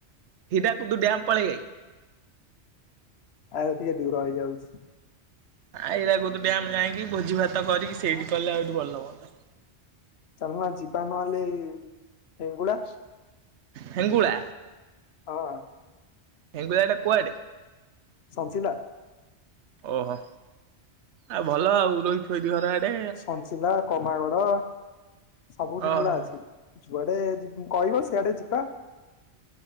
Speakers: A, on the right; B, on the left.
A: ହିଟାକୁଦୁ ଡ୍ୟାମ୍ ପଳେଇ ବାକି?
B: ଆଉଅଧିକ ଦୂର ହେଇ ଯାଉଛି।
A: ଆ ହୀରାକୁଦ ଡ୍ୟାମ ଯାଇକି ଭୋଜି ଭାତ କରିକି ସେଇଠି କଲେ ଆହୁରି ଭଲ ହୁଅନ୍ତା।
B: ଚାଲନ ଯିବା ନହେଲେ ହିଙ୍ଗୁଳା।
A: ହେଙ୍ଗୁଳା
B: ହଁ
A: ହେଙ୍ଗୁଳା ଟା କୁଆଡେ?
B: ସଂଚିଲା।
A: ଓହୋ ଆଉ ଭଲ ଆଉ ରୋହୀ ଥୋଇଦି ଘର ଏଡେ
B: ସଞ୍ଚିଲା କମାଗଡ ସବୁ ହିଙ୍ଗୁଳା
A: ଓହୋ
B: ଅଛି। ଯୁଆଡେ ଯି କହିବ ସିଆଡେ ଯିବା।